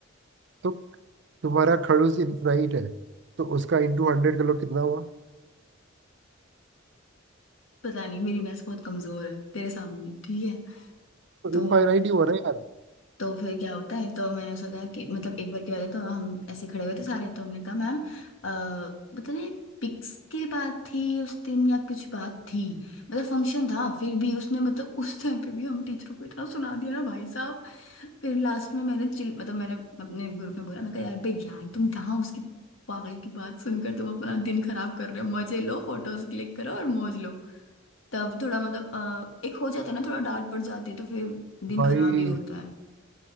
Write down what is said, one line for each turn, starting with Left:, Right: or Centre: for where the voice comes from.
Right: तो तुम्हारा खड़ूस इनफाइनाइट है तो उसका इंटू हंड्रेड कर लो कितना हुआ
Left: पता नहीं मेरी मैथ्स बहुत कमजोर है तेरे सामने ठीक है
Right: तो
Left: तो
Right: इनफाइनाइट ही हुआ ना यार
Left: तो फिर क्या होता है तो मैंने सोचा कि मतलब एक बार की बात है तो हम ऐसे खड़े हुए थे सारे तो हमने कहा मैम अ, पता नहीं पिक्स की बात थी उस दिन या कुछ बात थी मतलब फंक्शन था फिर भी उसने मतलब उस टाइम पे भी हम टीचरों को इतना सुना दिया ना भाई साहब फिर लास्ट में मैंने चिल मतलब मैंने अपने ग्रुप में बोला मैं कहा यार बे यार तुम कहाँ उसकी पागल की बात सुनकर तुम अपना दिन खराब कर रहे हो मजे लो फोटोज क्लिक करो और मौज लो तब थोड़ा मतलब अ, एक हो जाता है ना थोड़ा डांट पड़ जाती है तो फिर दिन
Right: भाई
Left: खराब ही होता है